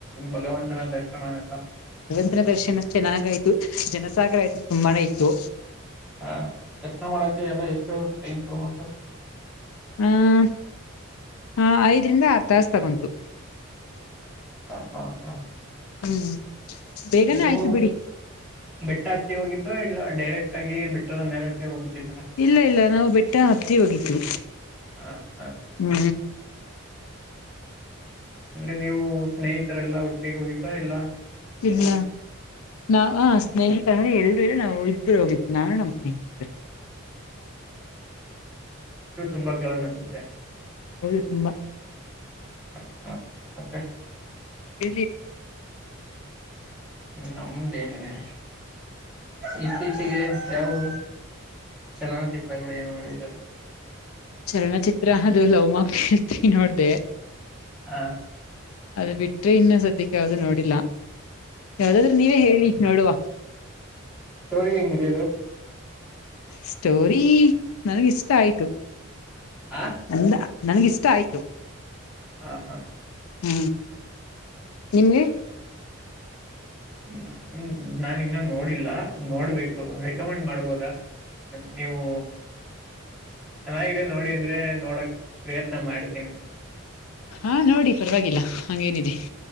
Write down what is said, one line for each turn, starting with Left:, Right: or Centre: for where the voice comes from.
Centre: ಭಗವಾನ್ <unintelligible> ಷಣ ಎಲ್ಲ.
Left: ರ ದರ್ಶನ ಚೆನ್ನಾಗಯ್ತು ಜನ ಸಕರ ಆಯತು ತುಂಬಾನೇ ಇತ್ತು
Centre: ಹ ದರ್ಶನ ಮಾಡಕ ಎಲ್ಲ ಎಷ್ಟು ಟೈಮ್ ತಗಂಟು
Left: ಆ್ ಆ ಐದರಿಂದ ಆರ್ ತಸ್ ತಗೊಂತು
Centre: ಹ ಹಾ ಹಾ
Left: ಹೂ ಬೇಗನೆ
Centre: ನೀವು
Left: ಆಯ್ತು ಬಿಡಿ
Centre: ಬೆಟ್ಟ ಹತ್ತಿ ಹೋಗಿದ್ದ ಇಲ್ಲ ಡೈರೆಕ್ಟ್ ಆಗಿ ಬೆಟ್ಟದ ಮೇಲಕ್ಕೆ ಹೋಗ್ಬಿಟ್ಟಿದ್ರ
Left: ಇಲ್ಲ ಇಲ್ಲ ನಾವು ಬೆಟ್ಟ ಹತ್ತಿ ಹೋಗಿದು
Centre: ಹಾ ಹಾ
Left: ಹೂ
Centre: ಅಂದ್ರೆ ನೀವು ಸ್ನೇಹಿತರೆಲ್ಲಾ ಒಟ್ಟಿಗೆ ಹೋಗಿದ್ರಾ ಎಲ್ಲಾ
Left: ಇಲ್ಲ ನಾ ಸ್ನೇಹ ಸ ಎಲ್ರರು ಇಲ್ಲ ನಾವು ಇಬ್ರು ಹೋಗಿದ್ವಿ ನಾನು ನಮ್ಮ್ ಸ್ನೇಹಿತ ಇದ್ರಿ
Centre: ಇದು ತುಂಬಾ ಕ್ಲೋಸ್ ಅನ್ಸುತ್ತೆ
Left: ಹೌದು ತುಂಬಾ
Centre: ಹ ಹಾ ಹ ಮತ್ತೆ
Left: ಇ
Centre: ್ಮ ನಮ್ದೇನಿದೆ ಇ ಿಗೆ ಯಾವು ಚಲನಚಿತ್ರಗಳು ಏನು ನೋಡಿದವೆ
Left: ಚಲನಚಿತ್ರ ಅದು ಲವ್ ಮಕ್ ತ್ರಿ ನೋಡ್ದ
Centre: ಹ
Left: ಅದು ಬಿಟ್ರೆ ಇನ್ನು ಸದ್ಯಕ್ಕೆ ಯಾವ್ದೂ ನೋಡಿಲ್ಲ ಯಾವ್ದಾದ್ರೆ ನೀವೇ ಹೇಳಿ ನೋಡುವ
Centre: ಸ್ಟೋರಿ ಹೆಂಗಿದೆ ಅದು
Left: ಸ್ಟೋರಿ ನನಗಿಷ್ಟ ಆಯ್ತು
Centre: ಆ
Left: ಅಂದ ನನ್ಗಿಷ್ಟ ಆಯ್ತು
Centre: ಹಾ ಹಾ
Left: ಹೂ ನಿಮ್ಗೆ
Centre: ನಮ ನಾನು ಇನ್ನ ನೋಡಿಲ್ಲ ನೋಡ್ಬೇಕು ರೆಕಮೆಂಡ್ ಮಾಡ್ಬೋದ ನೀವು ಚೆನ್ನಾಗಿದೆ ನೋಡಿ ಅಂದ್ರೆ ನೋಡಕ್ ಪ್ರಯತ್ನ ಮಾಡ್ತೀನಿ
Left: ಹಾ ನೋಡಿ ಪರವಾಗಿಲ್ಲ ಹಂಗೇನಿದೆ